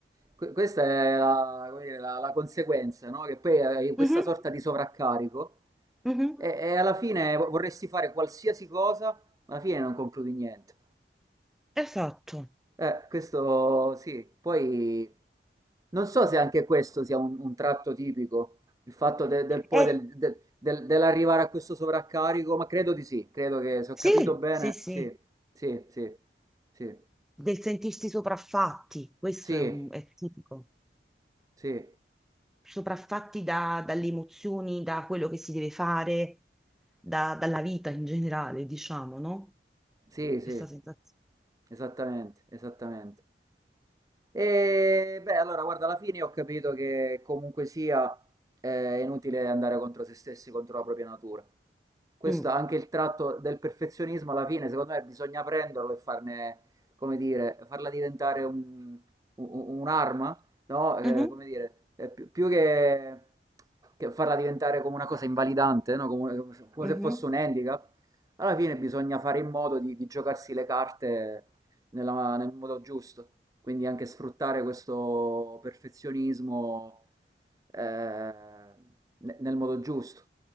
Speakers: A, on the right; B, in the centre.
A: que- questa è la, come dire, la- la conseguenza, no? Che poi hai questa
B: Mhm,
A: sorta di sovraccarico
B: mhm,
A: e, e alla fine vorresti fare qualsiasi cosa, ma alla fine non concludi niente.
B: Esatto.
A: Eh, questo sì, poi non so se anche questo sia un, un tratto tipico, il fatto de- del, poi
B: Eh,
A: del- del- del- dell'arrivare a questo sovraccarico, ma credo di sì, credo che se ho
B: sì,
A: capito bene,
B: sì, sì,
A: sì, sì, sì, sì,
B: del sentirsi sopraffatti, questo
A: sì.
B: è, un- è tipico,
A: Sì.
B: sopraffatti da- dalle emozioni, da quello che si deve fare, da- dalla vita in generale, diciamo, no?
A: Sì, sì.
B: Questa sensazione.
A: Esattamente, esattamente. E beh, allora, guarda, alla fine ho capito che comunque sia eh, è inutile andare contro se stessi, contro la propria natura. Questo
B: Mm.
A: è anche il tratto del perfezionismo, alla fine, secondo me, bisogna prenderlo e farne, come dire, farla diventare un- un- un'arma, no? Eh,
B: Mhm,
A: come dire, eh, più, più che, che farla diventare come una cosa invalidante, no? Come, come
B: mhm.
A: se fosse un handicap. Alla fine bisogna fare in modo di, di giocarsi le carte nella- nel modo giusto. Quindi anche sfruttare questo perfezionismo eh, ne- nel modo giusto.